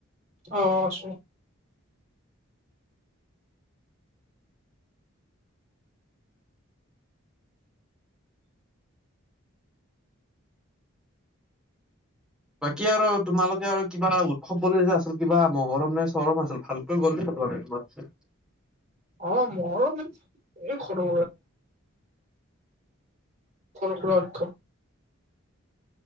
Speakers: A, on the right; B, in the centre.
A: অচ
B: বাকী আৰু তোমালোকে আৰু কিবা উৎসৱ বুলিলে যে আচল কিবা মহৰম নাই চৰফ আচল ভালকৈ গ'লে তম তম
A: অ মোৰো মানে এই খৰ চলটো <unintelligible>